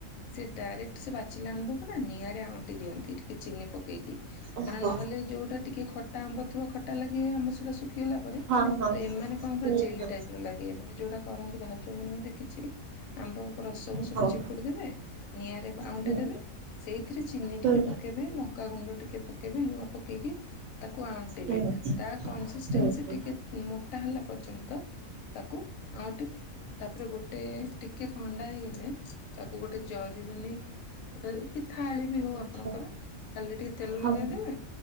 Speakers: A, on the left (about 75°); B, on the right (about 70°).
A: ସେ ଡାଇରେକ୍ଟ ସେବାଚିଲା ଆମ୍ବକୁନା ନିଆଁରେ ଆଉଟି ଦିଅନ୍ତି ଟିକେ ଚିନି ପକେଇକି
B: ଓହୋ
A: କାରଣ ନହେଲେ ଯୋଉଟା ଟିକେ ଖଟା ଆମ୍ବ ଥିବ ଖଟା ଲାଗି ଆମ୍ବ ସଡ଼ା ଶୁଖିଗଲାପରେ
B: ହଁ ହଁ
A: ତ ଏମାନେ କଣ ପୁରା
B: ହୁଁ
A: ଜେଲି
B: ହୁଁ
A: ଟାଇପର ଲାଗେ ମାନେ ଯୋଉଟା କରନ୍ତି ଭାଉ ଯଉ ମାନଙ୍କୁଁ ଦେଖିଚି ଆମ୍ବ ରସକୁ ସବୁ
B: ହଉ
A: ଚିପୁଡ଼ି ଦେବେ ନିଆଁରେ ଆଉଁଟି
B: ହୁଁ
A: ଦେବେ ସେଇଥିରେ ଚିନି
B: ହୁଁ
A: ଟିକେ ପକେଇବେ ଲଙ୍କାଗୁଣ୍ଡ ଟିକେ ପକେଇବେ ଲୁଣ ପକେଇକି ତାକୁ ଆଣ୍ଟିବେ
B: ହୁଁ ହୁଁ।
A: ତାକନସିଷ୍ଟେନ୍ସି
B: ହୁଁ ହୁଁ
A: ଟିକେ ମୋଟା ହେଲା ପର୍ଯ୍ୟନ୍ତ ତାକୁ ଆଉଟି ତାପରେ ଗୋଟେ ଟିକେ ଥଣ୍ଡା ହେଇଗଲେ ତାକୁ ଗୋଟେ ଜରିରୁ ନେଇକି କି ଥାଳିବି ହଉ
B: ଆଚ୍ଛା
A: ଆପଣଙ୍କର ଥାଳିରେ ଟିକେ ତେଲ
B: ହଁ
A: ଲଗେଇଦେବେ